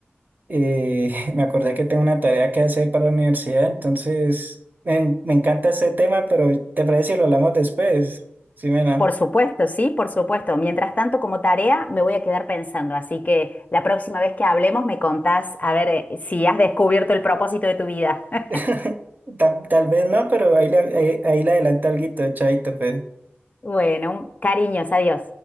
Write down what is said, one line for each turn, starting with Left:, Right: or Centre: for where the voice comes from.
Right: eh, <laughs> me acordé que tengo una tarea que hacer para la universidad, entonces me, me encanta este tema, pero ¿te parece si lo hablamos después? Sí, mena.
Left: Por supuesto, sí, por supuesto. Mientras tanto, como tarea, me voy a quedar pensando. Así que la próxima vez que hablemos me contás a ver eh, si has descubierto el propósito de tu vida. <laughs>
Right: <laughs> Tal, tal vez no, pero ahí le, ahí, ahí le adelanto alguito, chaito, pues.
Left: Bueno, un- cariños, adiós.